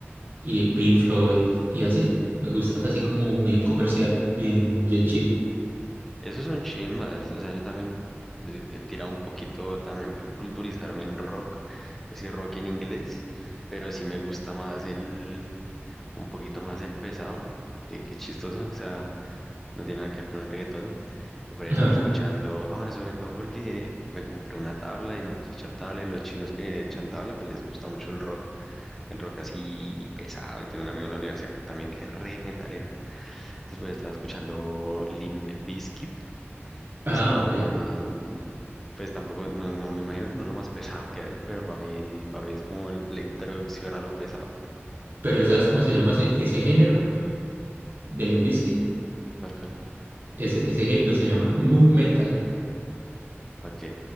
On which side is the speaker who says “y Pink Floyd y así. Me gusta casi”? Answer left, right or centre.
Right